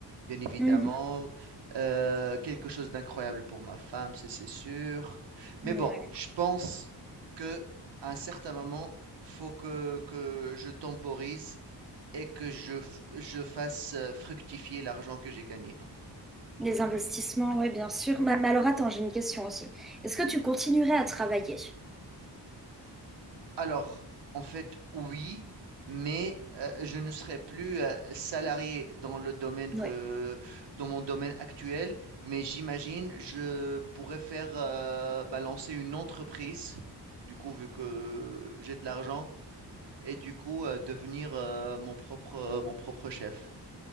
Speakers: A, on the right; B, in the centre.
A: bien évidemment.
B: Mhm.
A: Euh, quelque chose d'incroyable pour ma femme, c'est c'est sûr. Mais
B: Ouais.
A: bon, je pense que à un certain moment, faut que, que je temporise et que je, f- je fasse euh, fructifier l'argent que j'ai gagné.
B: Les investissements, ouais, bien sûr. Ma- Mais, alors, attends, j'ai une question aussi. Est-ce que tu continuerais à travailler?
A: Alors, en fait, oui, mais euh, je ne serai plus euh, salarié dans le domaine
B: Ouais.
A: que, dans mon domaine actuel, mais j'imagine je pourrais faire euh, bah, lancer une entreprise, du coup, vu que j'ai de l'argent, et du coup, euh, devenir euh, mon propre, mon propre chef.